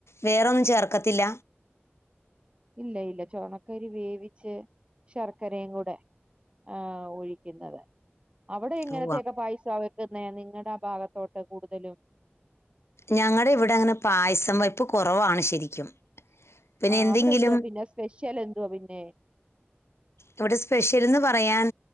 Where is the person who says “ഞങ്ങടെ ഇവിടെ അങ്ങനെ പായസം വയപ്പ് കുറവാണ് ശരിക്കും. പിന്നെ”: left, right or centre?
Left